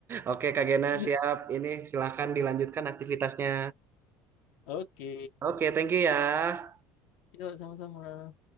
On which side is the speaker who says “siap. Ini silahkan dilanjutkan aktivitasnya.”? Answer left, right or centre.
Right